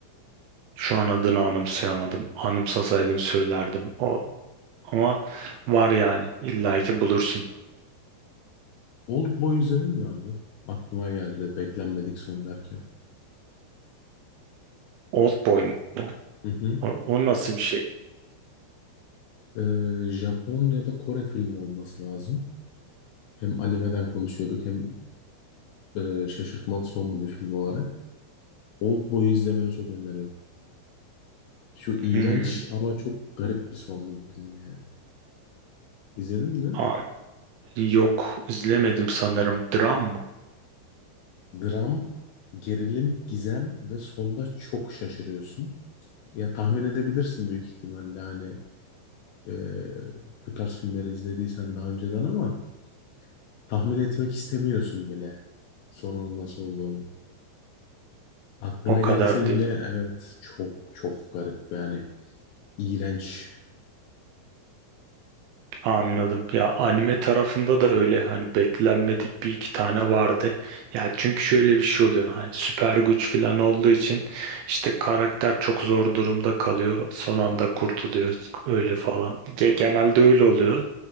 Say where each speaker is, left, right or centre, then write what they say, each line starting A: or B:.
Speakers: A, on the right; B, on the left.
A: Şu an adını anımsayamadım. Anımsasaydım söylerdim. O Ama var yani. İlla ki bulursun.
B: Old Boy izledin mi abi? Aklıma geldi beklenmedik son derken.
A: Old Boy mu?
B: Hı hı.
A: O, o nasıl bir şey?
B: Ee, Japon ya da Kore filmi olması lazım. Hem animeden konuşuyorduk hem e, şaşırtmalı sonlu bir film olarak. Old Boy'u izlemeni çok öneririm. Şu iğrenç
A: Hmm,
B: ama çok garip bir sonlu bir film yani. İzledin mi?
A: aa, yok izlemedim sanırım. Dram mı?
B: Dram, gerilim, gizem ve sonda çok şaşırıyorsun. Ya tahmin edebilirsin büyük ihtimalle hani e, bu tarz filmleri izlediysen daha önceden ama tahmin etmek istemiyorsun bile sonunun nasıl olduğunu. Aklına
A: O kadar
B: gelse bile
A: değil.
B: evet çok çok garip yani iğrenç.
A: Anladım. Ya anime tarafında da öyle hani beklenmedik bir iki tane vardı. Ya çünkü şöyle bir şey oluyor. Hani süper güç falan olduğu için işte karakter çok zor durumda kalıyor. Son anda kurtuluyor öyle falan. Ge- Genelde öyle oluyor.